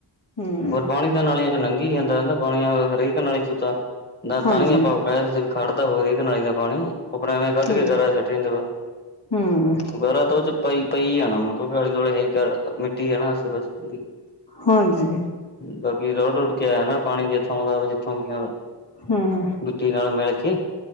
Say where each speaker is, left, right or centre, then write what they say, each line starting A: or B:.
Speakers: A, on the left; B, on the left.
A: ਹਮ
B: ਹੋਰ ਕੋਣ ਨਾਲੀਆਂ'ਚੋਂ ਨੰਘੀ ਜਾਂਦਾ ਰਹਿੰਦਾ ਪਾਣੀ, ਹਰੇਕ ਨਾਲੀ'ਚ ਤਾਂ ਜਾਂ
A: ਹਾਂਜੀ
B: ਤਣੀਆਂ ਪਾ ਵੈਸੇ ਵੀ ਖੜ੍ਹਦਾ ਹਰੇਕ ਨਾਲੀ ਦਾ ਪਾਣੀ। ਉਪਰ ਐਂਵੇ ਕੱਢਕੇ
A: ਹਮ
B: ਗਾਰਾ ਸੁੱਟ ਜਾਂਦੇ ਬਸ,
A: ਹਮ
B: ਗਾਰਾ ਤਾ ਓ 'ਚ ਪਈ-ਪਈ ਜਾਣਾ‌ ਆਲੇ-ਦੁਆਲੇ ਹੈਈ ਗਾਰਾ, ਮਿੱਟੀ ਆ ਨਾ ਆਸੇ-ਪਾਸੇ
A: ਹਾਂਜੀ।
B: ਬਾਕੀ ਰੋਡ-ਰੁੜ ਕੇ ਆਇਆ ਨਾ ਪਾਣੀ, ਜਿੱਥੋਂ ਆਉਂਦਾ ਦਾ ਜਿੱਥੋਂ ਵੀ ਆਉਂਦਾ।
A: ਹਮ
B: ਮਿੱਟੀ ਨਾਲ ਮਿਲਕੇ